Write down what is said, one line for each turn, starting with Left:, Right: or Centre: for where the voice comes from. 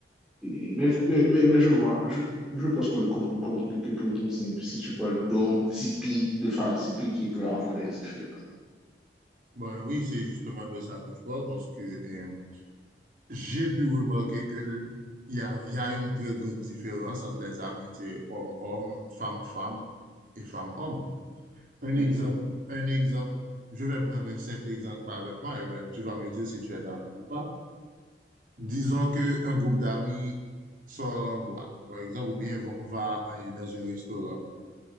Centre: Et- Mais, je- mais, mais, mais je vois, je, je pense que, qu'on peut- qu'on- que, que- que- comme si, si tu parles d'hommes typiques, de femmes typiques, il peut avoir des différences.
Right: Ben oui, c'est justement de ça que je parle parce que euh, j'ai pu remarquer que l- il y a, il y a une très grande différence entre les amitiés homme-homme, femme-femme et femme-homme. Un
Centre: Mhm,
Right: exemple, un exemple. Je vais prendre un simple exemple avec moi et là, tu vas me dire si tu es d'accord ou pas. Disons qu'un groupe d'amis sort en boîte, par exemple, ou bien va va, euh, dans un restaurant.